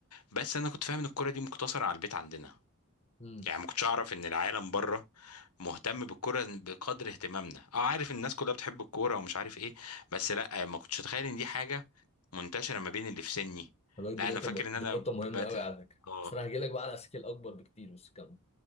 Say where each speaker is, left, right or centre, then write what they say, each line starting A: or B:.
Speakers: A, on the left (about 85°); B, on the left (about 30°).
A: بس انا كنت فاهم ان الكوره دي مقتصره على البيت عندنا
B: مم.
A: يعني ما كنتش اعرف ان العالم بره مهتم بالكوره بقدر اهتمامنا اه عارف الناس كلها بتحب الكوره ومش عارف ايه بس لا ما كنتش اتخيل ان دي حاجه منتشره ما بين اللي في سني
B: طب دي
A: لا
B: نقطه
A: انا فاكر
B: م...
A: ان انا
B: دي نقطه مهمه
A: بقت
B: قوي على فكره
A: اه
B: بس انا هجي لك بقى على سكيل اكبر بكتير بس كمل